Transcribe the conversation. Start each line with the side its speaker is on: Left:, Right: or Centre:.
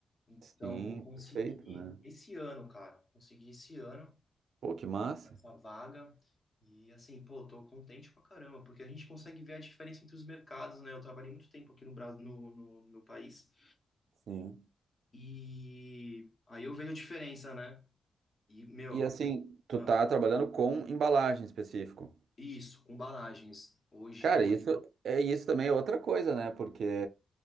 Left: Então,
Right: sim,
Left: eu consegui
Right: perfeito, né?
Left: esse ano, cara, consegui esse ano
Right: Pô, que massa.
Left: essa vaga e, assim, pô, tô contente pra caramba, porque a gente consegue ver a diferença entre os mercados, né? Eu trabalhei muito tempo aqui no Brasil, no, no, meu país
Right: Sim.
Left: e aí eu vejo a diferença, né? E, meu,
Right: E assim, tu
Left: ah,
Right: tá trabalhando com embalagem em específico.
Left: isso, com embalagens. Hoje
Right: Cara, isso é isso também é outra coisa, né? Porque